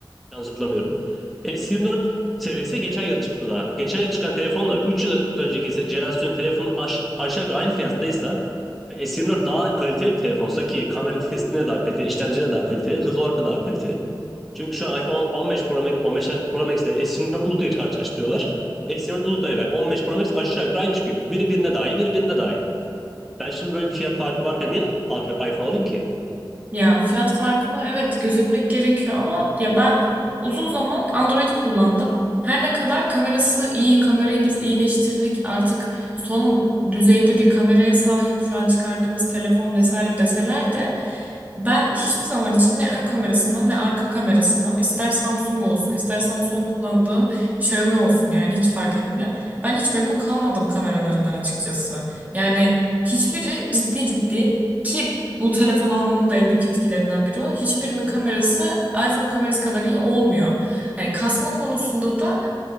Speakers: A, in the centre; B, on the right.
A: Yanlış hatırlamıyorum. S24 serisi geçen yıl çıktı daha. Geçen yıl çıkan telefonla 3 yıl önceki se- jenerasyonun telefonu aş- aşağı yukarı aynı fiyattaysa ve S24 daha kaliteli bir telefonsa ki kamera testine daha kaliteli, işlemci daha kaliteli, hız olarak da daha kaliteli. Çünkü şu an iPhone 15 Pro Max, 15 Pro Max ile S24 Ultra'yı karşılaştırıyorlar. S24 Ultra ve 15 Pro Max aşağı yukarı aynı çıkıyor. Biri birine daha iyi, biri birine daha iyi. Ben şimdi böyle bir fiyat farkı varken niye iPhone alayım ki?
B: Ya fiyat farkını evet gözetmek gerekiyor ama ya ben uzun zaman Android kullandım. Her ne kadar kamerası iyi, kamerayı biz iyileştirdik. Artık son düzeyde bir kameraya sahip şu an çıkardığımız telefon vesaire deseler de ben hiçbir zaman için ne ön kamerasından ne arka kamerasından ister Samsung olsun istersen son kullandığım Xiaomi olsun yani hiç fark etmiyor. Ben hiç memnun kalmadım kameralarından açıkçası. Yani hiçbiri ciddi ciddi ki bu telefon almamın da en büyük etkilerinden biri o. Hiçbirinin kamerası iPhone'un kamerası kadar iyi olmuyor. Hani kasma konusunda da